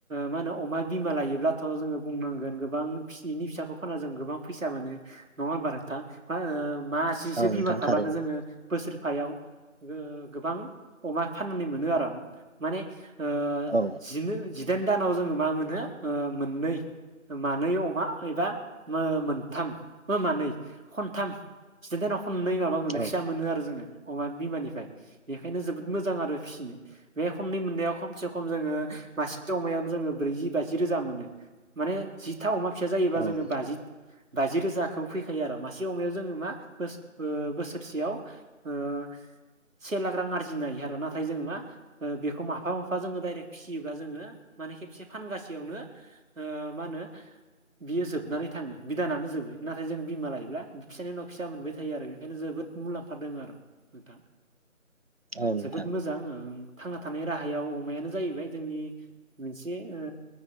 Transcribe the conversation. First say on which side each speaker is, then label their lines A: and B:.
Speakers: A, on the right (about 70°); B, on the right (about 45°).
A: मा होनो अमा बिमा मा लायोब्लाथ' जोङो बुंनांगोन गोबां फिसिनि फिसाखौ फाननानै जों गोबां फैसा मोनो नङ होमबा नोंथां। माह मा सिसो
B: औ नोंथां
A: बिमा थाबानो
B: थारैनो
A: जोङो बोसोर फायाव ओ गोबां अमा फाननानै मोनो आरो। माने ओ
B: औ
A: जि जिदाइन दानाव जोङो मा मोनो ओ मोननै। मानै अमा एबा ओ मोनथाम ओ मानै खनथाम। जिदाइदानाव खनै माबा मोनो
B: औ
A: फिसा मोनो आरो जोङो। अमा बिमानिफ्राय बेखायनो जोबोद मोजां आरो फिसिनो बे खननै मोननायाव खमसे खम जोङो। मासे अमायावनो जोङो ब्रैजि बाजि रोजा मोनो माने जिथा अमा। फिसा जायोबा
B: औ
A: जोङो
B: नोंथां
A: बाजि बाजि रोजाखौ फैखायो आरो मासे अमायाव जोङो मा। बोस ओ बोसोर सेयाव ओ। से लाख रां आरजिनो हायो आरो नाथाय जों मा ओ बेखौ माफा माफा जोङो डाइरेक्ट फिसियोब्ला जोङो। माने खेबसे फानगासेयावनो ओ मा होनो‌ बियो जोबनानै थाङो बिदानानो जोबो नाथाय जों बिमा लायोब्ला बि फिसानि उनाव। फिसा मोनबाय थायो आरो बेनिखायनो जोबोद मुलाम्फा दङ आरो नोंथां।
B: औ नोंथां
A: जोबोद मोजां ओं। थांना थानाय राहायाव अमायानो जाहैबाय जोंनि मोनसे ओ